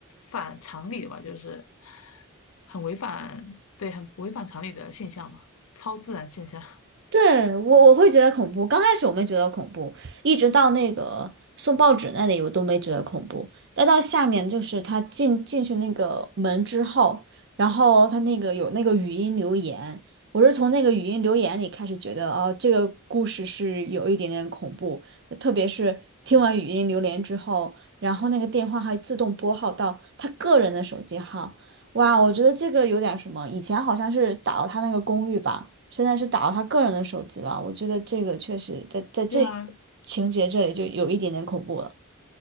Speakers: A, on the left (about 80°); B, on the right (about 55°).
A: 反常理的吧，就是很违反，对，很违反常理的现象嘛，超自然现象。
B: 对，我我会觉得恐怖，刚开始我没觉得恐怖，一直到那个送报纸那里我都没觉得恐怖，再到下面就是他进进去那个门之后，然后他那个有那个语音留言，我是从那个语音留言里开始觉得哦，这个故事是有一点点恐怖，特别是听完语音留言之后，然后那个电话还自动拨号到他个人的手机号。哇，我觉得这个有点什么，以前好像是打到他那个公寓吧，现在是打到他个人的手机了。我觉得这个确实在在这个
A: <laughs> 对啊，
B: 情节这里就有一点点恐怖了。